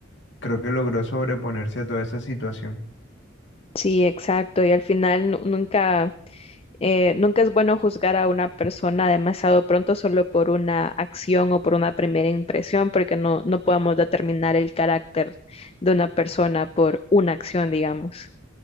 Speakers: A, on the left; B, on the left.
A: creo que logró sobreponerse a toda esa situación.
B: Sí, exacto. Y al final nu- nunca, eh, nunca es bueno juzgar a una persona demasiado pronto solo por una acción o por una primera impresión, porque no, no podemos determinar el carácter de una persona por una acción, digamos.